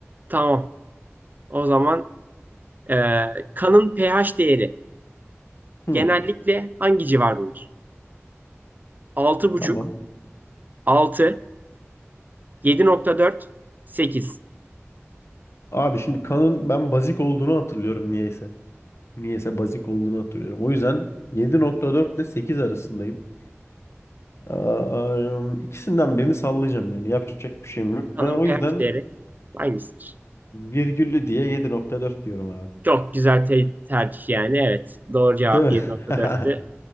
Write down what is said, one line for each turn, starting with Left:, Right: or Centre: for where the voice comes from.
Right: Tamam. O zaman e, kanın pH değeri
Left: Hı,
Right: genellikle hangi civardadır? Altı altı, buçuk,
Left: tamam.
Right: altı, yedi nokta dört, sekiz.
Left: Abi şimdi kanın ben bazik olduğunu hatırlıyorum niyeyse. Niyeyse bazik olduğunu hatırlıyorum. O yüzden yedi nokta dört ile 8 arasındayım. Aa, ikisinden birini sallayacağım yani. Yapacak bir şeyim yok.
Right: Kanın
Left: Ben o
Right: pH
Left: yüzden
Right: değeri hangisidir?
Left: virgüllü diye yedi nokta dört diyorum abi.
Right: Çok güzel te- tercih yani. Evet. Doğru cevap
Left: Değil mi?
Right: 7,4'tü.
Left: <laughs>